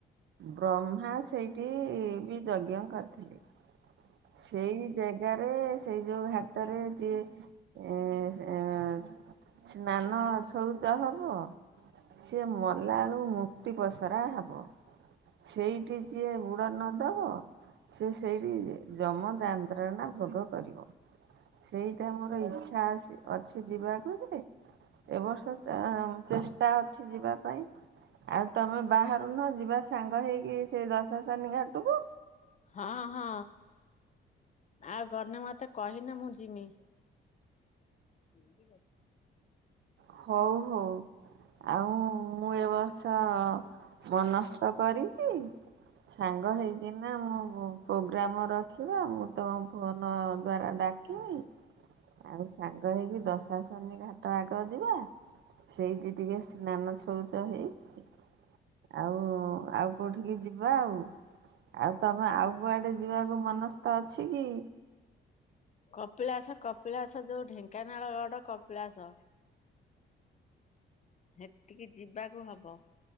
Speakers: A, on the right (about 65°); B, on the left (about 35°).
A: ବ୍ରହ୍ମା ସେଇଠି ବି ଯଜ୍ଞ କରିଥିଲେ। ସେଇ ଜାଗାରେ ସେଇ ଯୋଉ ଘାଟରେ ଯିଏ ଏ ଏଁ ସ ସ୍ନାନ ଛଉଚ ହବ ସିଏ ମଲା ବେଳୁ ମୁକ୍ତି ପସରା ହବ। ସେଇଠି ଯିଏ ବୁଡ ନ ଦବ। ସେ ସେଇଠି ଯମ ଯନ୍ତ୍ରଣା ଭୋଗ କରିବ। ସେଇଟା ମୋର ଇଚ୍ଛା ଅଛି ଅଛି ଯିବାକୁ ଯେ। ଏବ ବର୍ଷ ଚା ଚେଷ୍ଟା ଅଛି ଯିବା ପାଇଁ ଆଉ। ତମେ ବାହାରୁନ ଯିବା ସାଙ୍ଗ ହେଇକି ସେଇ ଦଶା ସନି ଘାଟକୁ।
B: ହଁ ହଁ, ଆଉ ଗନେ ମତେ କହିନେ ମୁଁ ଯିମି। ହୁଁ ଯିବ।
A: ହଉ ହଉ। ଆଉ ମୁଁ ଏ ବର୍ଷ ମନସ୍ଥ କରିଛି। ସାଙ୍ଗ ହେଇକିନା ମୁଁ ପ୍ରୋଗ୍ରାମ ରଖିବା। ମୁଁ ତମ ଫୋନ ଦ୍ୱାରା ଡା କିବି ଆଉ ସାଙ୍ଗ ହେଇକି ଦଶା ଶନି ଘାଟ ଆଡେ। ଯିବା, ସେଇଠି ଟିକେ ସ୍ନାନ ଛଉଚ ହେଇକି। ଆଉ, ଆଉ କୋଉଠିକି ଯିବା ଆଉ। ଆଉ ତମେ, ଆଉ କୁଆଡେ ଯିବାକୁ ମନସ୍ଥ ଅଛି କି?
B: କପିଳାସ, କପିଳାସ ଯୋଉ ଢେଙ୍କାନାଳ ରୋଡ କପିଳାସ। ହେଟିକି ଯିବାକୁ ହବ।